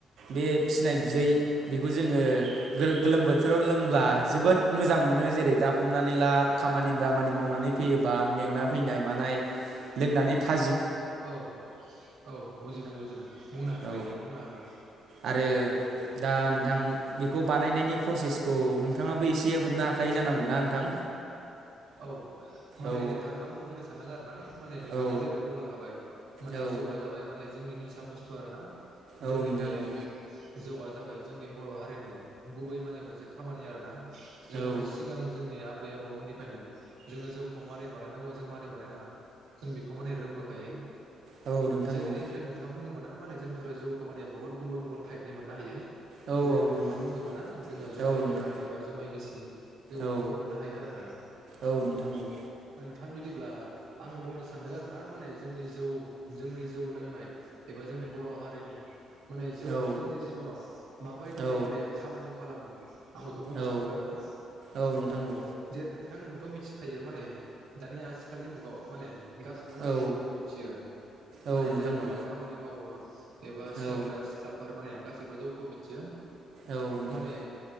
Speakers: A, on the right; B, on the right.
A: बे फिनाय बिदै बेखौ जोङो गोलो-गोलोम बोथोराव लोंब्ला जोबोद मोजां मोनो जेरै दा हमनानै ला खामानि दामानि मावनानै फैयोबा मेंना फैनाय मानाय लोंनानै था
B: औ औ बुजिदों बुजिदों बुंनो हागोन
A: औ
B: दे नोंथां बुंनो हागोन
A: आरो दा नोंथां बेखौ बानायनायनि प्रसेसखौ नोंथाङाबो एसे हमनो हाखायो जानांगौ ना नोंथां
B: औ माने
A: औ
B: नोंथां आंबो बुंनो सानदों आरो ना माने नोंथाङाथ
A: औ
B: जेरै बुंलांखाबाय माने
A: औ
B: जौआ जाबाय माने <unintelligible> निसा बुस्थु आरो ना जोंनि
A: औ नोंथां
B: बे
A: औ
B: जौआ जाबाय जोंनि बर हारिनि गुबै माने मोनसे खामानि आरोना जोंफोरो
A: औ
B: सिगां जोंनिया आबै आ बौनिफ्रायनो जोङो जौखौ मारै बानायनांगौ जों मारै बानायनाङा जों बेखौ माने रोंबोखायो
A: औ नोंथां
B: जेरैहाय
A: औ
B: ओमफ्राय नोंथाङा बुंदोंमोन ना मा होनो जोंफोर जौखौ माने बहुत गुबुन गुबुन टाइपनि मोननो हायो
A: औ
B: जेरै
A: औ
B: नोंथाङा
A: नोंथां
B: बुंदोंमोन ना जोङो जुमाय
A: औ नोंथां
B: गोरान एबा जुमाय गिसि जों बेफोरखौ
A: औ
B: मोननो हायो आरो ना
A: औ नोंथां औ
B: थां बिदिब्ला आं बुंनो सानदों आरो ना माने जोंनि जौ जोंनि जौ लोंनाय एबा जोंनि बर हारिनि माने जौआ
A: औ
B: जोंनि जिबनाव माबायदियै
A: औ
B: माने खामानि खालामो <inaudible> आं बेखौ बुंनो
A: औ
B: सानदों आरोना
A: औ नोंथां औ
B: जेर नों <unintelligible> थ मिथिखायो माने दानि आथिखालनि मुगायाव माने गासैबो माने
A: औ
B: जौखौ मिथियो माने
A: औ नोंथां
B: जायफोरा
A: औ
B: खामानि मावो एबा सेंग्रा
A: औ
B: सिख्लाफोर माने गा गासिबो जौखौ मिथियो
A: औ नोंथां
B: माने